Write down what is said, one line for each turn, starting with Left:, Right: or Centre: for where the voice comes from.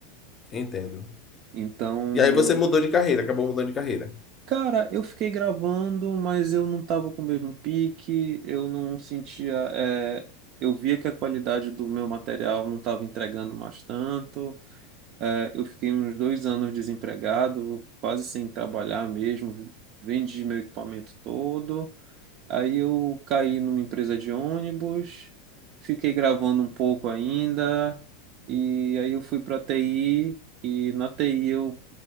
Left: entendo.
Right: Então.
Left: E aí você mudou de carreira, acabou mudando de carreira.
Right: Cara, eu fiquei gravando, mas eu não tava com o mesmo pique, eu não sentia. é, eu via que a qualidade do meu material não tava entregando mais tanto. É, eu fiquei uns dois anos desempregado, quase sem trabalhar mesmo. Vendi meu equipamento todo. Aí eu caí numa empresa de ônibus, fiquei gravando um pouco ainda, e aí eu fui para TI, e na TI eu